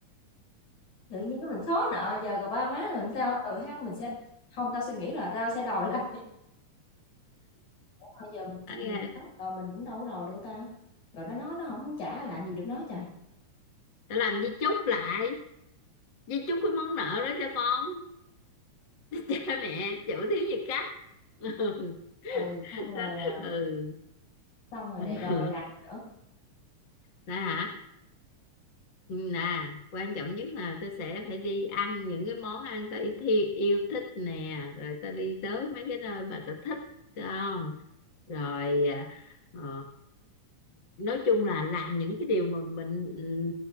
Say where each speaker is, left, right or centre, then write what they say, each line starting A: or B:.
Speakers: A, on the left; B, on the left.
A: tự nhiên cái mình xóa nợ giờ gặp ba má mình sao? Ừ ha, mình sẽ không tao suy nghĩ là tao sẽ đòi <laughs> lại. Ủa mà giờ mình ch
B: Ấy
A: mình
B: à,
A: chết rồi mình cũng đâu có đầu được ta? Rồi nó nói nó không trả là làm gì được nó trời.
B: tao làm di chúc lại di chúc cái món nợ đó cho con <laughs> cha mẹ chịu thiếu gì cách <laughs>
A: Ừ, xong
B: ừ
A: rồi,
B: đó
A: à,
B: ừ
A: xong rồi
B: <laughs>
A: lại rồi mày làm gì nữa?
B: đó hả Ừ, nè quan trọng nhất là tôi sẽ phải đi ăn những cái món ăn tôi yêu thích nè rồi ta đi tới mấy cái nơi mà ta thích không rồi à, ờ, nói chung là làm những cái điều mà mình ừ,